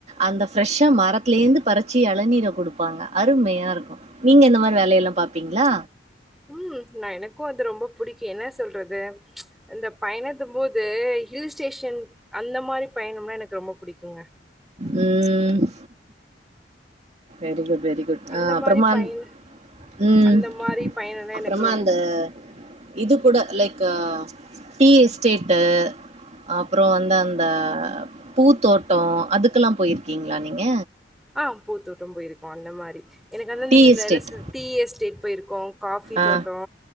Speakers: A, on the right; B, in the centre.
A: அந்த ஃப்ரெஷ்ஷா மரத்லேந்து பறிச்சி எளநீரை கொடுப்பாங்க அருமையாருக்கு நீங்க இந்த மாதிரி வேலயெல்லா பாப்பீங்களா
B: ம் நா எனக்கூ அது ரொம்ப புடிக்கு என்னா சொல்றது இந்த பயணத்துபோது ஹில் ஸ்டேஷன் அந்த மாரி பயணம்னா எனக்கு ரொம்ப புடிக்குங்க
A: உம் வெரிகுட் வெரி குக்
B: அந்த
A: ம் அப்றமா
B: மாரி பயண
A: அந் ம்
B: அந்த மாரி பயணம்னா
A: அப்புறமா
B: எனக்கு ரொம்ப
A: அந்த
B: பு
A: இது கூட லைக்கு டீ‌எஸ்டேட்டு அப்றோ வந்து அந்த பூத்தோட்டொ அதுக்கெல்லா போயிர்க்கீங்களா நீங்க
B: ஆ பூத்தோட்டம் போய்ருக்கோ அந்த மாரி எனக்கு வந்து அந்த
A: டீ எஸ்டேட்
B: எலசு டீ எஸ்டேட் போயிருக்கோ காஃபி
A: ஆ
B: தோட்டோ